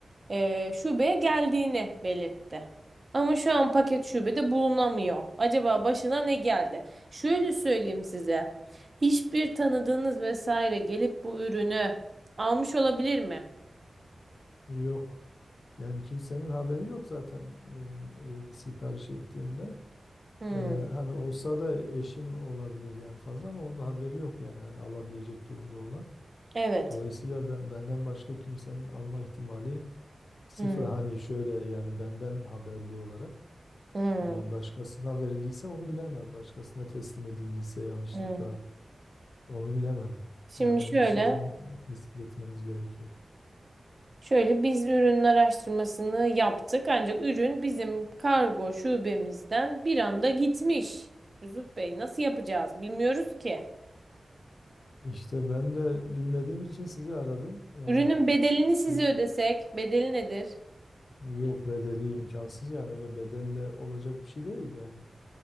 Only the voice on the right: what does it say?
e, şubeye geldiğini belirtti. Ama şu an paket şubede bulunamıyor. Acaba başına ne geldi? Şöyle söyleyeyim size. Hiçbir tanıdığınız vesaire gelip bu ürünü almış olabilir mi?
Hmm,
evet.
Hmm,
hmm,
hmm.
Şimdi
şöyle.
Şöyle biz ürün araştırmasını yaptık ancak ürün bizim kargo şubemizden bir anda gitmiş. Yusuf Bey nasıl yapacağız bilmiyoruz ki.
Ürünün bedelini
size ödesek bedeli nedir?